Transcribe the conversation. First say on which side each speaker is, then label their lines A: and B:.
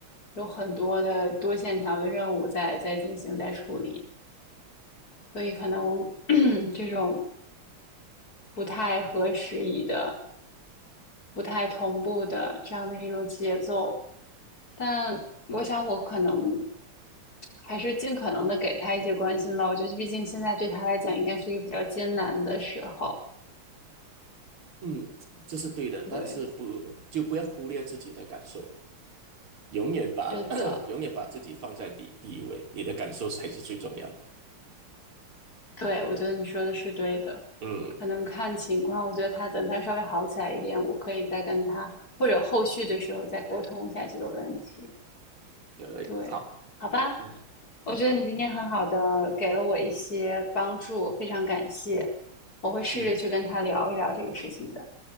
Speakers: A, on the left (about 45°); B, on the right (about 80°).
A: 有很多的多线条的任务在在进行在处理，所以可能 <clears throat> 这种不太合时宜的。不太同步的这样的一种节奏。但我想，我可能还是尽可能的给他一些关心吧。我觉得，毕竟现在对他来讲，应该是一个比较艰难的时候。
B: 嗯，这是对的，但是不就不要忽略自己的感受。
A: 对，
B: 永远把
A: 是的，
B: <clears throat> <coughs> 永远把自己放在第第一位，你的感受才是最重要的。
A: 对，我觉得你说的是对的。
B: 嗯，
A: 可能看情况，我觉得他等他稍微好起来一点，我可以再跟他，或者后续的时候再沟通一下这个问题。
B: 呃，
A: 对，
B: 好，
A: 好吧，
B: 嗯
A: 我觉得你今天很好的给了我一些帮助，非常感谢。我会试着去跟他聊一聊这个事情的。
B: 嗯，